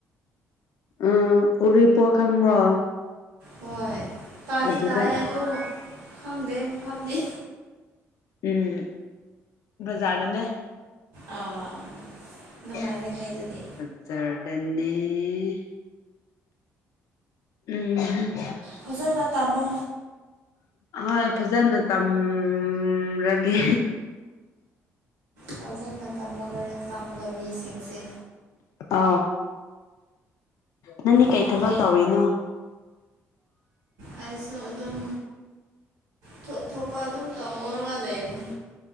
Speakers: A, on the left; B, on the right.
A: ꯑ ꯎꯔꯤꯄꯣ ꯈꯪꯕ꯭ꯔꯣ
B: ꯍꯣꯏ ꯇꯥꯗꯤ
A: ꯑꯗꯨꯗ
B: ꯇꯥꯏ ꯑꯗꯨ ꯈꯪꯗꯦ ꯃꯐꯝꯗꯤ
A: ꯎꯝ ꯖꯥꯅꯅꯦ
B: ꯑꯥ
A: ꯖꯥꯔꯗꯟꯅꯅꯤ
B: ꯅꯨꯡꯉꯥꯏꯒꯅꯤ ꯑꯗꯨꯗꯤ
A: ꯎꯝ
B: ꯐꯖꯅ ꯇꯥꯝꯃꯣ
A: ꯍꯣꯏ ꯐꯖꯅ ꯇꯝꯂꯒꯦ
B: ꯐꯖꯕ ꯇꯥꯃꯣ ꯂꯥꯏꯔꯤꯛ ꯇꯝꯕ ꯃꯤꯁꯤꯡꯁꯦ
A: ꯑ ꯅꯪꯒꯤ ꯀꯩ
B: ꯑꯩꯈꯣꯏ
A: ꯊꯕꯛ ꯇꯧꯔꯤꯅꯣ
B: ꯑꯩꯁꯨ ꯑꯗꯨꯝ ꯊꯣꯛ ꯊ ꯊꯣꯛꯄ ꯑꯗꯨꯝ ꯇꯧꯔꯒ ꯂꯩꯕꯅꯤ